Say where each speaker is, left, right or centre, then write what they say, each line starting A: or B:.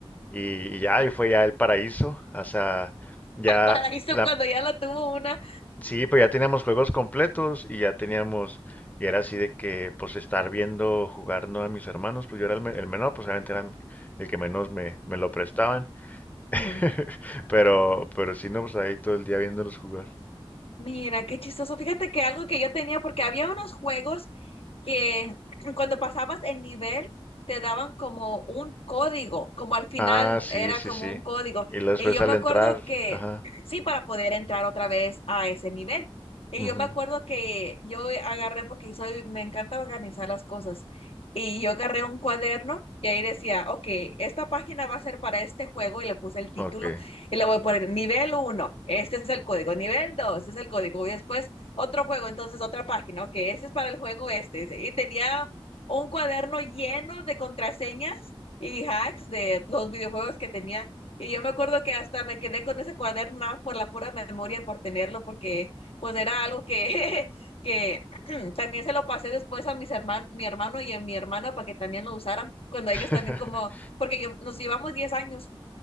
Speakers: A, on the left; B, on the left.
A: Y, y ya, y fue ya el paraíso. O sea, ya
B: al paraíso
A: la,
B: cuando ya lo tuvo una.
A: Sí, pues ya teníamos juegos completos y ya teníamos, y era así de que, pues estar viendo jugar ¿no? a mis hermanos, pues yo era el, me- el menor, pues obviamente era el que menos me, me lo prestaban, <laughs>
B: ujú.
A: pero, pero sí, no, pues ahí todo el día viéndolos jugar.
B: Mira, qué chistoso. Fíjate que algo que yo tenía, porque había unos juegos que <clears throat> cuando pasabas el nivel te daban como un código, como al final
A: Ah, sí,
B: era
A: sí,
B: como
A: sí.
B: un código.
A: Y luego después
B: Y yo
A: al
B: me acuerdo
A: entrar,
B: que,
A: ajá,
B: <clears throat> sí, para poder entrar otra vez a ese nivel. Y
A: ujú,
B: yo me acuerdo que yo agarré, porque soy, me encanta organizar las cosas, y yo agarré un cuaderno y ahí decía, ok, esta página va a ser para este juego y le puse el título
A: ok,
B: y le voy a poner nivel uno este es el código, nivel 2 este es el código, y después otro juego, entonces otra página, ok, este es para el juego este, y tenía un cuaderno lleno de contraseñas y hacks de los videojuegos que tenía. Y yo me acuerdo que hasta me quedé con ese cuaderno nada más por la pura memoria, por tenerlo, porque pues era algo que, <laughs> que <clears throat> también se lo pasé después a mis hermanos, mi hermano y a mi hermana para que también lo usaran, cuando
A: <laughs>
B: ellos también como, porque yo, nos llevamos 10 años.